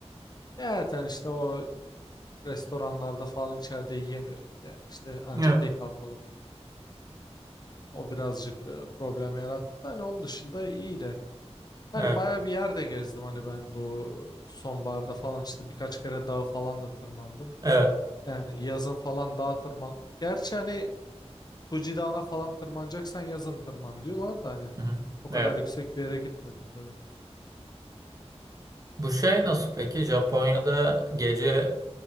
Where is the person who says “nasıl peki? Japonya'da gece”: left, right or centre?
Right